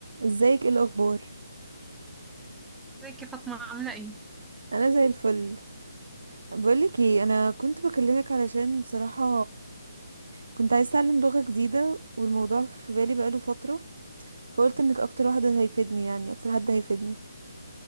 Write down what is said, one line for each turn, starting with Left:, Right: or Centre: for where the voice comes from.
Right: ازيك ايه الاخبار
Centre: ازيك يا فاطمة عاملة ايه؟
Right: انا زي الفل بقولك ايه انا كنت بكلمك علشان بصراحة كنت عايزة اتعلم لغة جديدة والموضوع في بالي بقاله فترة فقلت انك اكتر واحدة هيفيدني يعني اكتر حد هيفيدني